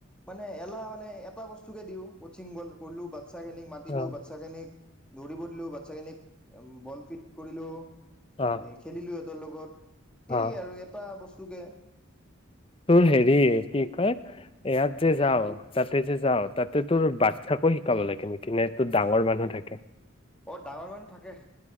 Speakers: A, in the centre; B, on the left.
A: মানে এলা মানে এটা বস্তু কে দিও কচিং গল'লো বাচ্ছাখিনিক মাতিলোঁ
B: অ
A: বাচ্ছাখিনিক খিনিক দৌৰিব দিলো বাচ্ছাখিনিক বল ফিট কৰিলো
B: অ
A: এ খেলিলো তৰ লগত সেই
B: অ
A: আৰু এটা বস্তু চুকীয়া <unintelligible>
B: তোৰ হেৰি কি কয় ইয়াত যে যাও তাতে যে যাও তাতে তোৰ বাচ্ছাকো শিকাব লাগে নেকি নে তোৰ ডাঙৰ মানুহ থাকে
A: অ ডাঙৰ মানুহ থাকে